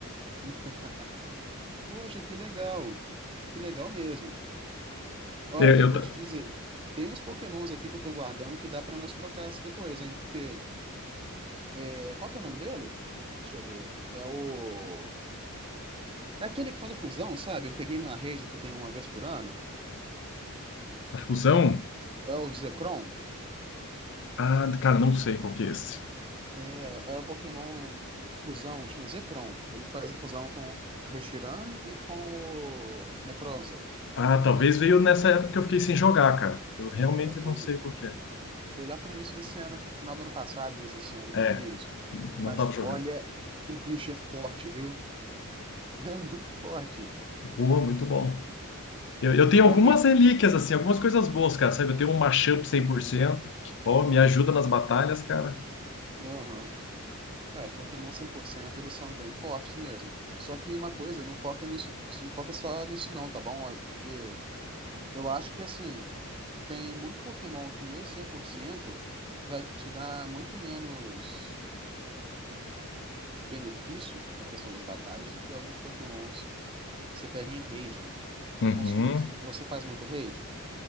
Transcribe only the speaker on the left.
É,
eu
ta-
a fusão?
Ah, cara, não sei qual que é esse.
Ah, talvez veio nessa época que eu fiquei sem jogar, cara. Eu realmente
não
sei qual que é.
É,
não
tava jogando.
Boa, muito bom. Eu, eu tenho algumas
relíquias, assim, algumas coisas boas, cara, sabe? Eu tenho um mashup 100%, que, pô, me ajuda nas batalhas, cara.
Uhum.